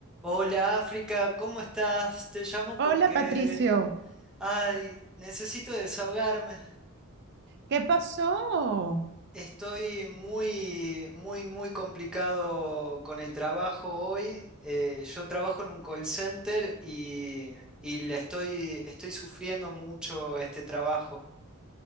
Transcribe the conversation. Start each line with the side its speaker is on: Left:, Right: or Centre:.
Centre: Hola África, ¿cómo estás? Te llamo
Right: Hola
Centre: porque,
Right: Patricio,
Centre: ay, necesito desahogarme.
Right: ¿qué pasó?
Centre: Estoy muy, muy, muy complicado con el trabajo hoy. Eh, yo trabajo en un call center y, y le estoy, estoy sufriendo mucho este trabajo.